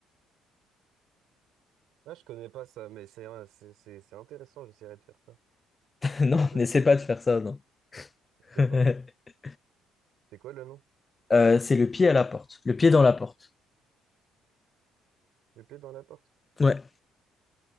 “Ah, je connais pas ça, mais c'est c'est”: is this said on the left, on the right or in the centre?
Right